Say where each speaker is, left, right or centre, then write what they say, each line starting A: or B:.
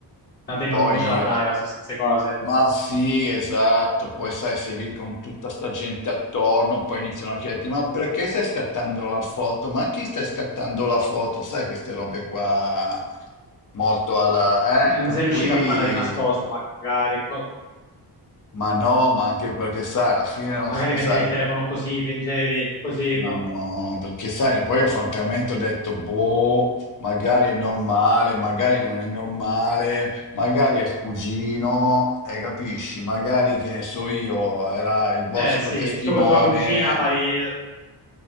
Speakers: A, on the left; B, on the left.
A: La denuncia,
B: poi
A: la
B: io,
A: privacy, queste cose.
B: ma sì, esatto, poi sai, sei lì con tutta sta gente attorno, poi iniziano a chiederti, ma perché stai scattando la foto? Ma a chi stai scattando la foto? Sai, queste robe qua, molto alla,
A: Eh,
B: eh,
A: Non
B: per
A: sei
B: cui...
A: riuscito a farla di nascosto, magari. Co-
B: Ma no, ma anche perché sai, alla fine non
A: Magari
B: sai,
A: mettevi il telefono così, fingevi, così.
B: Ma
A: boh.
B: no, perché sai, poi io francamente ho detto, boh, magari è normale, magari non è normale, magari è il cugino, e capisci, magari che ne so io, era il vostro
A: Eh sì,
B: testimone.
A: tu con tua cugina fai...